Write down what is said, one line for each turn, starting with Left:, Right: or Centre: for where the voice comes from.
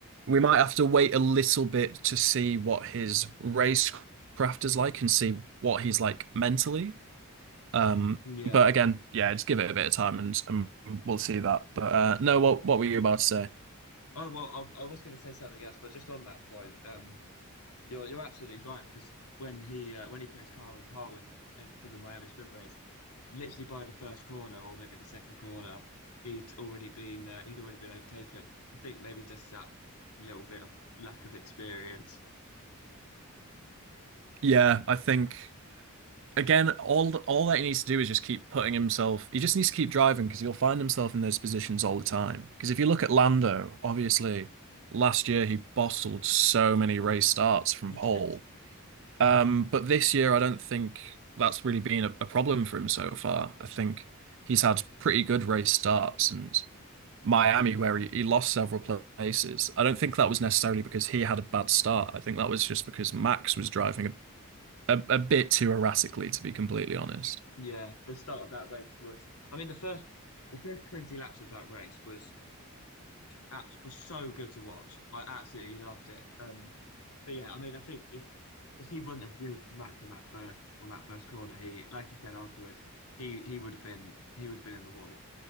Right: we might have to wait a little bit to see what his racecraft is like and see what he's like mentally. Um,
Left: Yeah.
Right: but again, yeah, just give it a bit of time and, and we'll see that. But uh, no, what what were you about to say?
Left: Oh well, I, I was going to say something else, but just on that point, um, you're you're absolutely right because when he uh, when he put his car on pole and, and for the Miami Sprint race, literally by the first corner or maybe the second corner, he'd already been uh, he'd already been overtaken. I think maybe just that little bit of lack of experience
Right: Yeah, I think again, all all that he needs to do is just keep putting himself. He just needs to keep driving because he'll find himself in those positions all the time. Because if you look at Lando, obviously last year he bottled so many race starts from
Left: he
Right: pole
Left: did.
Right: Um, but this year, I don't think that's really been a, a problem for him so far. I think he's had pretty good race starts and Miami, where he, he lost several places. I don't think that was necessarily because he had a bad start. I think that was just because Max was driving a, a, a bit too erratically, to be completely honest.
Left: Yeah, the start of that race was. I mean, the first the first twenty laps of that race was Apps was so good to watch. I absolutely loved it. Um, but yeah, I mean, I think if if he wouldn't have yielded to Max on that first on that first corner, he like you said afterwards, he he would have been he would have been in the wall,